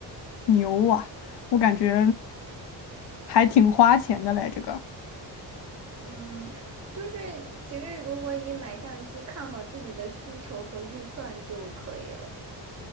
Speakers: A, on the left; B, on the right.
A: 牛啊！我感觉还挺花钱的嘞，这个。
B: 嗯，就是其实如果你买相机，看好自己的需求和预算就可以了。